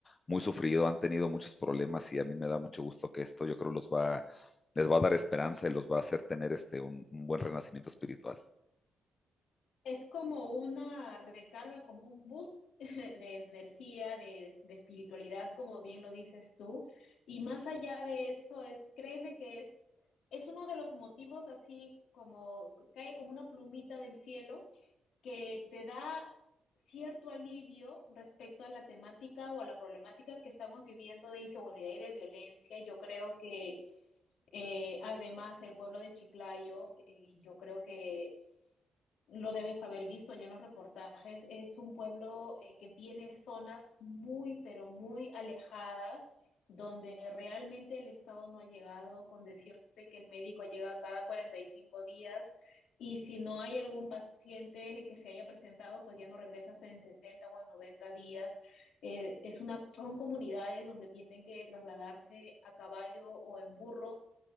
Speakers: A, on the left; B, on the left.
A: muy sufrido, han tenido muchos problemas y a mí me da mucho gusto que esto, yo creo, los va, les va a dar esperanza y los va a hacer tener este, un, un buen renacimiento espiritual.
B: Es como una recarga, como un boost <laughs> de energía, de, de espiritualidad, como bien lo dices tú. Y más allá de eso, es, créeme que es, es uno de los motivos así como cae como una plumita del cielo que te da cierto alivio respecto a la temática o a la problemática que estamos viviendo de inseguridad y de violencia. Yo creo que eh, además el pueblo de Chiclayo, eh, yo creo que lo debes haber visto ya en los reportajes, es un pueblo eh, que tiene zonas muy, pero muy alejadas, donde realmente el Estado no ha llegado con decirte que el médico llega cada 45 días y si no hay algún paciente que se haya presentado, pues ya no regresa hasta en 60 o en 90 días. Eh, es una, son comunidades donde tienen que trasladarse a caballo o en burro